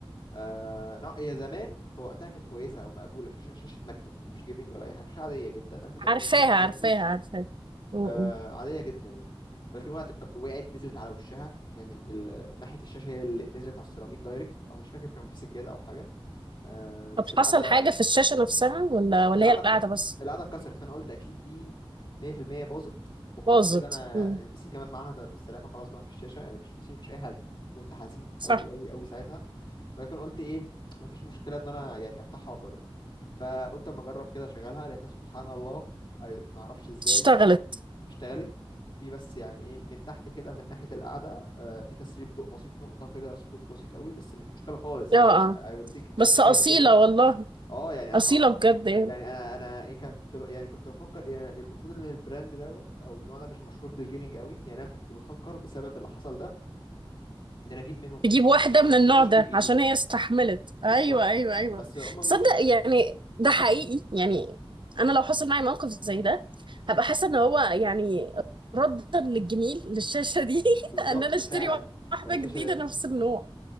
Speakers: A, on the left; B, on the right.
A: آه... لا هي زمان في وقتها كانت كويسه او مقبوله شاشه شاشه مكتب مش جيمنج ولا اي حاجه شاشه عاديه جدا 1080
B: عارفاها
A: 60
B: عارفاها
A: هرتز
B: عارفاها مم.
A: آه عادية جدا يعني ولكن وقت الك- وقعت نزلت على وشها يعني ال- ناحية الشاشة هي اللي نزلت على السيراميك دايركت أو مش فاكر كان في سجادة أو حاجة آه بس
B: طب
A: القعدة
B: حصل حاجه في الشاشه نفسها ولا ولا
A: القعدة
B: هي القعده
A: ك-
B: بس
A: القعدة اتكسرت فأنا قلت أكيد دي 100% باظت وخلاص
B: باظت
A: كده أنا
B: مم.
A: البي سي كمان معاها ده بالسلامة خلاص بقى مفيش شاشة يعني مفيش بي سي مفيش أي حاجة كنت حزين
B: صح
A: أوي أوي أوي ساعتها ولكن قلت إيه مفيش مشكلة إن أنا يعني أفتحها وأجرب فقلت أما أجرب كده أشغلها لقيتها سبحان الله أي- معرفش إزاي
B: اشتغلت
A: اشتغلت في بس يعني ايه من تحت كده من ناحية القعدة آه، في تسريب ضوء بسيط نقطة كده سبوت بسيط قوي بس مش مشكلة خالص يعني
B: اه اه
A: اي ويل تيك يعني
B: بس
A: عادي
B: اصيله
A: جدا
B: والله
A: اه يعني انا
B: اصيله
A: ف...
B: بجد يعني.
A: يعني انا انا ايه كنت ب- يعني كنت بفكر يعني المفروض ان البراند دوت او النوع ده مش مشهور بالجيمنج قوي يعني انا كنت بفكر بسبب اللي حصل ده ان انا اجيب منهم شاشة
B: تجيب واحدة من النوع
A: شاشتي
B: ده
A: الجديدة
B: عشان هي استحملت ايوه
A: بالظبط
B: ايوه ايوه
A: بس هما مش
B: تصدق
A: ما
B: يعني
A: مم.
B: ده حقيقي يعني انا لو حصل معايا موقف زي ده هبقى حاسة ان هو يعني ردا للجميل للشاشة دي <laughs>
A: بالظبط
B: ان انا اشتري
A: فعلا
B: واحدة
A: يعني شاشة
B: جديدة نفس النوع